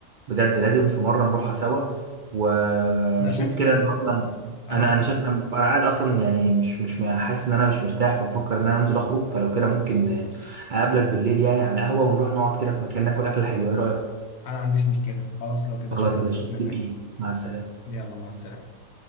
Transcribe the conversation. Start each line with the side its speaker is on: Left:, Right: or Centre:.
Right: بجد لازم في مرة نروحها سوا وشوف
Left: أنا شايف
Right: كده
Left: كده
Right: أنا أصلا
Left: برضو. أنا
Right: أنا أنا شايف إن أنا أنا قاعد أصلا يعني مش مش حاسس إن أنا مش مرتاح فبفكر إن أنا أنزل أخرج فلو كده ممكن أقابلك بالليل يعني على القهوة ونروح نقعد كده في مكان ناكل أكلة حلوة إيه رأيك؟
Left: أنا ما عنديش مشكلة خلاص لو كده
Right: خلاص
Left: شوف
Right: يا باشا
Left: بإذن
Right: في
Left: الله
Right: بإيه مع السلامة
Left: يلا مع السلامة